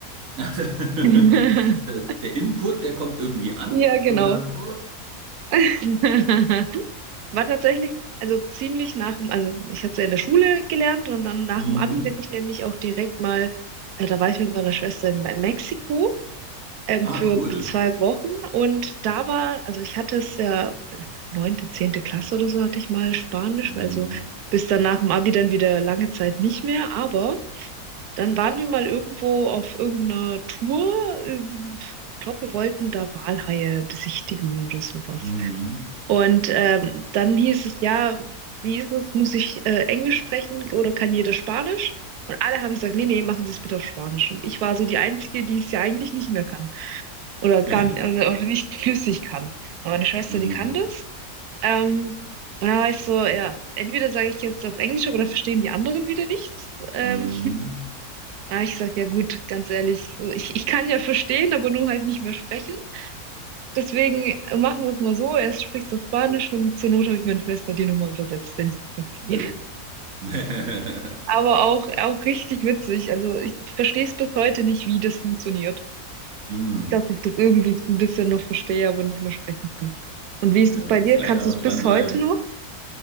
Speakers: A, on the right; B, on the right.
A: <laughs>
B: <laughs>
A: Der Input, der kommt irgendwie an
B: Ja, genau.
A: und dann.
B: <laughs>
A: <laughs>
B: War tatsächlich, also ziemlich nach dem, also ich hatte es ja in der Schule gelernt und dann nach
A: Mhm.
B: dem Abi bin ich nämlich auch direkt mal, äh, da war ich mit meiner Schwester in Me- Mexiko ähm,
A: Ah,
B: für
A: cool.
B: zwei Wochen und da war, also ich hatte es ja neunte, zehnte Klasse oder so hatte ich mal Spanisch,
A: Mhm.
B: also bis dann nach dem Abi dann wieder lange Zeit nicht mehr, aber dann waren wir mal irgendwo auf irgendeiner Tour, ähm, ich glaube, wir wollten da Walhaie besichtigen oder sowas.
A: Mhm.
B: Und ähm, dann hieß es, ja, wie ist es, muss ich äh, Englisch sprechen oder kann jeder Spanisch? Und alle haben gesagt, nee, nee, machen Sie es bitte auf Spanisch. Und ich war so die Einzige, die es ja eigentlich nicht mehr kann oder gar
A: <laughs>
B: n- oder oder nicht flüssig kann. Aber meine Schwester,
A: Mhm.
B: die kann das. Ähm, und da war ich so, ja, entweder sage ich jetzt auf Englisch, aber dann verstehen die anderen wieder nichts. Ähm,
A: Mhm.
B: da hab ich gesagt, ja gut, ganz ehrlich, so, ich, ich kann ja verstehen, aber nur halt nicht mehr sprechen. Deswegen machen wir es mal so. Er spricht auf Spanisch und zur Not habe ich meine Schwester die nochmal übersetzt, wenn ich es nicht verstehe.
A: Ja. <laughs>
B: Aber auch, auch richtig witzig. Also ich, ich verstehe es bis heute nicht, wie das funktioniert.
A: Mhm.
B: Dass ich das irgendwie ein bisschen noch verstehe, aber nicht mehr sprechen kann. Und wie ist
A: Ja.
B: es bei dir?
A: Vielleicht
B: Kannst
A: einfach
B: du es bis
A: dranbleiben.
B: heute noch?